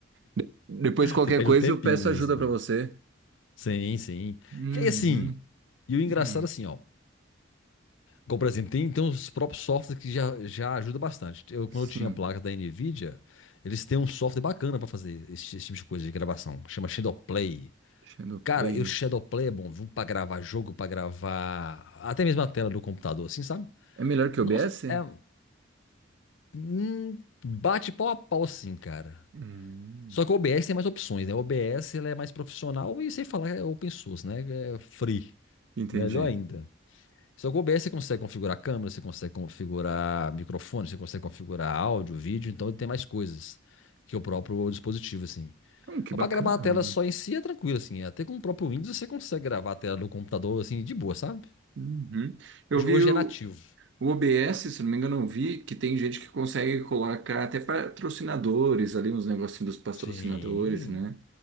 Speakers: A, on the right; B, on the left.
A: De- depois, qualquer
B: Você perde
A: coisa,
B: um tempinho
A: eu peço
B: com
A: ajuda
B: isso, velho.
A: pra você.
B: Sim, sim.
A: Uhum.
B: Que aí assim, e o engraçado
A: Hum.
B: assim, ó. Como, por exemplo, tem, tem uns próprios softwares que já, já ajuda bastante. Eu,
A: Sim,
B: quando eu tinha a placa da NVIDIA, eles têm um software bacana pra fazer esse, esse tipo de coisa de gravação, que chama Shadowplay.
A: Shadowplay.
B: Cara, e o Shadowplay é bom, viu? Pra gravar jogo, pra gravar até mesmo a tela do computador, assim, sabe?
A: É melhor que
B: Nossa,
A: o OBS?
B: é. hum, bate pau a pau, sim, cara.
A: Hum,
B: Só que o OBS tem mais opções, né? O OBS ele é mais profissional e sem falar é open source, né? É free.
A: entendi.
B: Melhor ainda. Se que o OBS você consegue configurar câmera, você consegue configurar microfone, você consegue configurar áudio, vídeo, então ele tem mais coisas que o próprio dispositivo, assim.
A: Então, que
B: Mas
A: bacana,
B: Pra gravar a tela
A: mano.
B: só em si é tranquilo, assim. Até com o próprio Windows você consegue gravar a tela do computador, assim, de boa, sabe?
A: Uhum. Eu
B: Hoje,
A: vi
B: hoje
A: o,
B: é nativo.
A: o OBS, se não me engano, eu vi que tem gente que consegue colocar até patrocinadores ali, uns negocinhos dos patrocinadores,
B: Sim.
A: né?